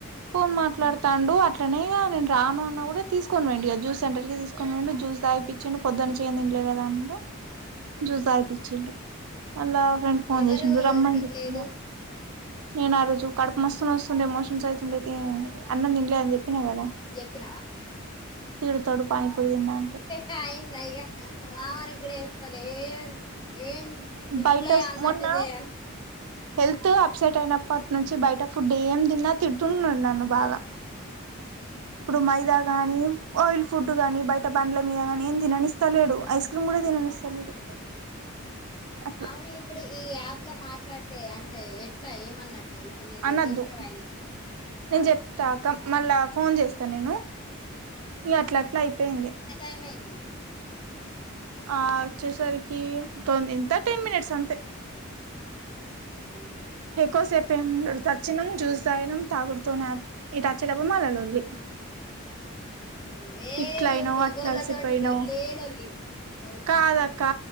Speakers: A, on the right (about 85°); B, on the left (about 20°).
A: పోన్
B: ఉమ్.
A: మాట్లాడుతాండు అట్ ట్టనే ఇగా నేను రాను అన్న కూడా తీసుకొనిపోయిండు ఇగా జ్యూస్ సెంటర్ కి తీసుకొనిపోయిండు జ్యూస్ తాగి పిచ్చిండు పొద్దున్నుంచి ఏం తింట్లే కదా అన్నడు జ్యూస్ తాగిపిచ్చిండు మళ్ళ ఫ్రెండ్ ఫోన్
B: ఎవరు
A: చేసిండు రమ్మని
B: తినలేదు
A: చెప్పినా నేను ఆ రోజు కడుపు మస్తు నొస్తుండే మోషన్స్ అయితుండే తి అన్నం తినలే అని చెప్పినా కదా
B: తిన్నావా
A: తిడుతడు పానీపూరి తిన్నా అంటే
B: కాయింద ఇక మావోనికి కూడా చెప్పలే ఏ ఏం తిన్లే
A: బయట
B: అన్నట్టు
A: మొన్న
B: చేయాలి
A: హెల్త్ అప్సెట్ అయినప్పట్ ట్నుంచి బయట ఫుడ్ ఏం తిన్నా తిడుతున్నాడు నన్ను బాగా ఇప్పుడు మైదా గాని ఆయిల్ ఫుడ్ కానీ బయట బండ్ల మీద కాని ఏం తిననిస్తలేడు ఐస్ క్రీమ్ కూడా తిననిస్తలేడు అట్లా
B: అవును ఇప్పుడు ఈ యాప్ లో మాట్లాడితే అంటే ఎట్లా ఏమన్నట్టు ఇప్పుడు నేను
A: అనద్దు
B: రిజిస్టర్ అయి
A: నేను
B: ఆ
A: చెప్తా అక్క మళ్ళా ఫోన్ చేస్తా నేను ఇ అట్ల అట్లా అయిపోయింది
B: టైమయింది
A: ఆ వచ్చేసరికి తో ఎంత టెన్ మినిట్స్ అంతే
B: అవునా <unintelligible>
A: ఎక్కువసేపు ఏం ఈడకొచ్చినం జ్యూస్ తాగినం తాగుడుతోనే ఇటు అచ్చేటప్పుడు మల్ల లొల్లి
B: ఉమ్ ఏ
A: ఇట్ల అయినావు
B: ఇ మొగోళ్లతోటి
A: అట్లా అలిసిపోయినావు
B: లొల్లే లొల్లి తెలుసా
A: కాదక్క